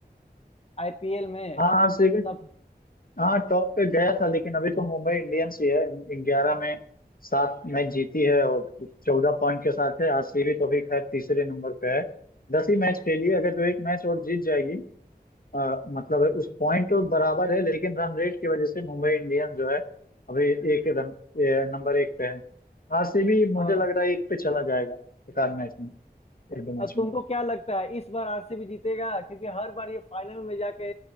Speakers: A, on the left; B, on the left.
A: आईपीएल में
B: हाँ सिविल
A: सब
B: हाँ टॉप पे गया था लेकिन अभी तो मुंबई इंडियंस ही है ग्यारह में सात मैच जीती है और चौदह पॉइंट के साथ है आरसीबी तो भी खैर तीसरे नंबर पे है दस ही मैच खेली है अगर जो एक मैच और जीत जाएगी आ, मतलब है, उस पॉइंट तो बराबर है लेकिन रन रेट की वजह से मुंबई इंडियंस जो है अभी एक रन ए, नंबर एक पे है आरसीबी मुझे
A: हाँ
B: लग रहा है एक पे चला जाएगा एक आध मैच में एक दो मैच
A: और तुमको क्या लगता है इस बार आरसीबी जीतेगा क्योंकि हर बार ये फाइनल में जाके